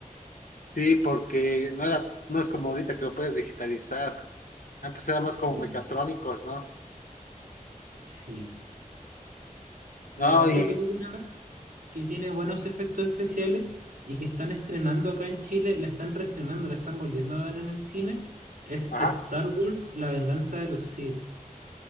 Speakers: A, on the left; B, on the right.
A: Sí, porque no era, no es como ahorita que lo puedes digitalizar. Antes éramos
B: Sí,
A: como mecatrónicos, ¿no?
B: sí. La
A: No,
B: otra
A: y,
B: película que tiene buenos efectos especiales y que están estrenando acá en Chile, la están reestrenando, la están volviendo a dar en el cine, es
A: ajá,
B: Star Wars, La venganza de los Sith,